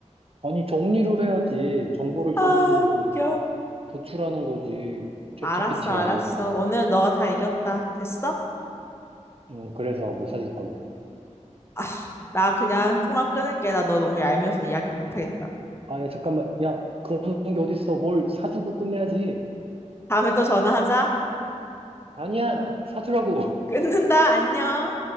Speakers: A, on the right; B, on the left.
A: 아니, 정리를 해야지. 정보를
B: 아,
A: 정리를 해서
B: 웃겨.
A: 도출하는 거지. 챗GPT라니.
B: 알았어, 알았어. 오늘 너가 다 이겼다. 됐어?
A: 음, 그래서 못 사줄 건데.
B: 아, 나 그냥 통화 끊을게. 나 너 너무 얄미워서 이야기 못하겠다.
A: 아, 야, 잠깐만. 야, 그런 게 어딨어. 뭘 사주고 끝내야지.
B: 다음에 또 전화하자.
A: 아니야, 사주라고.
B: 끊는다. 안녕.